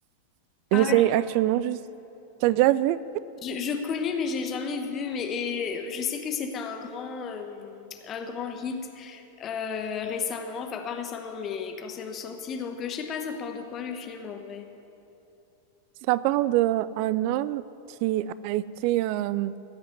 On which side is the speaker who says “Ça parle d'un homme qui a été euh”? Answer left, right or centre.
Right